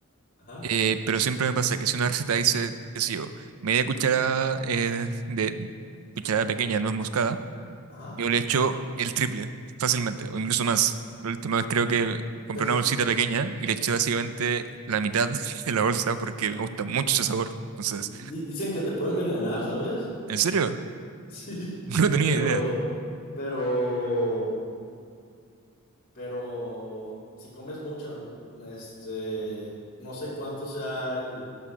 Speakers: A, on the left (about 40°); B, on the right (about 75°).
A: Ajá,
B: Eh, pero siempre me pasa que si una receta dice, qué sé yo, media cuchara eh, de cucharada pequeña, no es moscada,
A: ajá.
B: yo le echo el triple fácilmente, o incluso más. La última vez creo que compré
A: <laughs>
B: una bolsita pequeña y le eché básicamente la mitad <laughs> de la bolsa porque me gusta mucho ese sabor. Entonces,
A: Di- Dicen que te pueden envenenar, ¿sabías?
B: ¿en
A: <laughs>
B: serio?
A: Sí,
B: <laughs> No tenía
A: pero,
B: idea.
A: pero, pero, si comes mucho, este, no sé cuánto sea el,